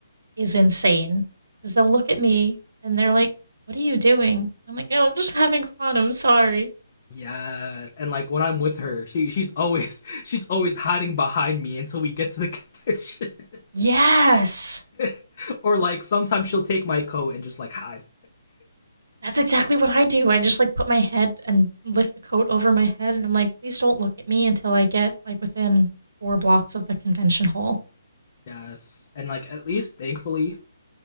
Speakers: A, on the right; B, on the left.
A: is insane. Because they'll look at me and they're like, "What are you doing?" I'm like, "No, I'm just having fun. I'm sorry."
B: Yes, and like when I'm with her, she she's always <laughs> she's always hiding behind me until we get to the conventions.
A: Yes,
B: <laughs> or like sometimes she'll take my coat and just like hide.
A: That's exactly what I do. I just like put my head and lift the coat over my head, and I'm like, please don't look at me until I get like within four blocks of the convention hall.
B: Yes, and like at least thankfully,